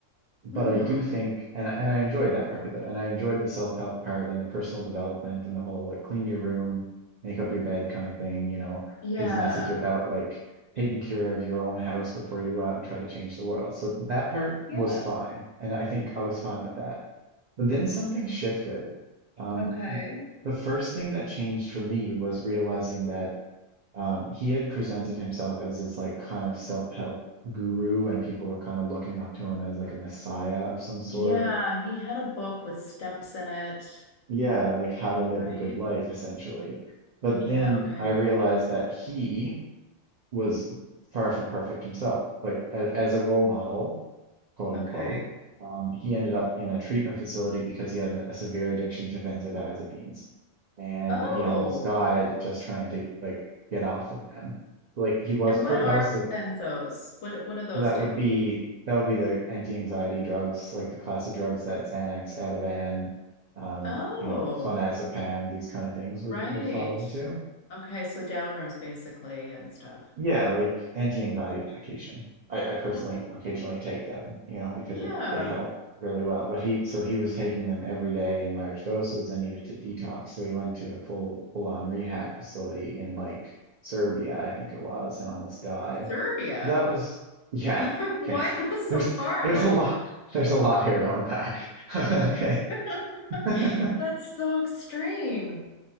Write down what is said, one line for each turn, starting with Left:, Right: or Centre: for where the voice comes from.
Right: but
Left: Mm-hmm.
Right: I do think, and and I enjoyed that part of it, and I enjoyed the self-help part and the personal development and the whole like clean your room, make up your bed kind of thing, you know,
Left: Yeah.
Right: his message about like taking care of your own house before you go out and try to change the world. So that part
Left: Yeah.
Right: was fine, and I think I was fine with that. But then something shifted. Um,
Left: Okay.
Right: the first thing that changed for me was realizing that um, he had presented himself as this like kind of self-help guru, and people were kind of looking up to him as like a messiah of some sort.
Left: Yeah, he had a book with steps in it,
Right: Yeah, like how to live
Left: right?
Right: a good life, essentially. But
Left: Yeah,
Right: then
Left: okay.
Right: I realized that he was far from perfect himself. Like as, as a role model, quote
Left: Okay.
Right: unquote, um, he ended up in a treatment facility because he had an, a severe addiction to benzodiazepines, and
Left: Oh,
Right: he almost died just trying to like get off of them like he was
Left: And
Right: for
Left: what are
Right: that was the
Left: benzos? What what do those
Right: That
Left: do?
Right: would be that would be the anti-anxiety drugs, like the class of drugs that Xanax, Ativan, um,
Left: Oh,
Right: you know, clonazepam, these kind of things would
Left: right.
Right: would fall into.
Left: Okay, so downers basically and stuff.
Right: Yeah, like anti-anxiety medication. I, I personally
Left: Well, that
Right: occasionally take them, you know, because
Left: yeah,
Right: it, they help really well. But he, so he was taking them every day in large doses and needed to detox. So he went to a full, full-on rehab facility in like Serbia, I think it was, and almost died.
Left: Serbia.
Right: So that was, yeah,
Left: <laughs> Why
Right: yeah. <laughs>
Left: go so
Right: There's,
Left: far?
Right: there's
Left: What?
Right: a lot, there's a lot here to unpack. <laughs> Okay.
Left: <laughs>
Right: <laughs>
Left: That's so extreme. <laughs>